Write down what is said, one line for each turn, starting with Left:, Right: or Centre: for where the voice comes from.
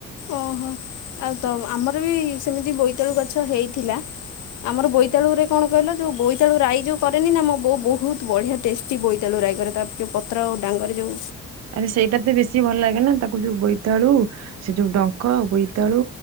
Left: ଓହୋ। ଆଉ ତ ଆମର ବି ସେମିତି ବୋଇତାଳୁ ଗଛ ହେଇଥିଲା। ଆମର ବୋଇତାୁରେ କଣ କହିଲା ଯୋଉ ବୋଇତାଳୁ ରାଇ ଯୋଉ କରେନି ନା ଆୋ ବୋଉ ବହୁତ ବଢିଆ ଟେଷ୍ଟି ବୋଇଥାଲୁ ରାଇଗର ତା ଯେଉ ପତ୍ର ଆଉ ଡାଙ୍ଗର ଯେଉ
Right: ଆରେ ସେଇଟା ତ ବେଶୀ ଭଲ ଲାଗେ ନା। ତାକୁ ଯୋଉ ବୋଇତାଳୁ ସେ ଯୋଉ ଡଙ୍କ ବୋଇତାଳୁ